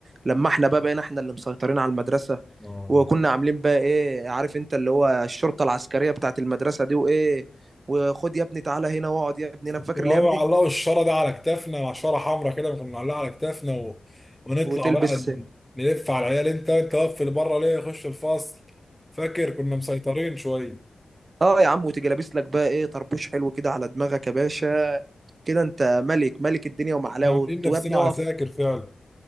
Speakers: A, on the right (about 50°); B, in the centre.
A: لما احنا بقى بقينا احنا اللي مسيطرين على المدرسه
B: آه.
A: وكنا عاملين بقى ايه عارف انت اللي هو الشرطه العسكريه بتاعت المدرسه دي وايه وخد يا ابني تعالى هنا واقعد يا ابني انا
B: كنت
A: فاكر
B: بقى
A: الايام دي
B: علقوا الشارة ده على كتافنا مع شارة حمراء كده كنا بنعلقها على كتافنا و... ونطلع
A: وتلبس
B: بقى ن- نلف على العيال انت انت واقف اللي بره ليه خش الفصل فاكر كنا مسيطرين شوية
A: اه يا عم وتيجي لابس لك بقى ايه طربوش حلو كده على دماغك يا باشا كده انت ملك ملك الدنيا ومعلاه
B: كنا عاملين
A: وتواب
B: نفسنا
A: نقف
B: عساكر فعلا